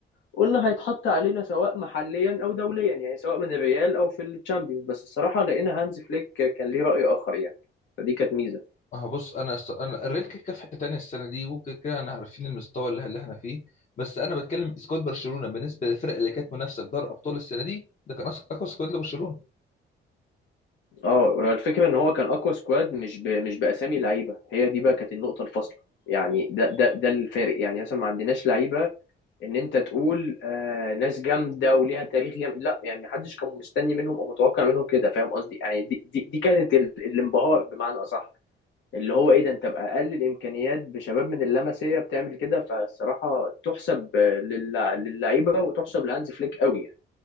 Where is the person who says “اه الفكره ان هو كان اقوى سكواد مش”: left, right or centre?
Left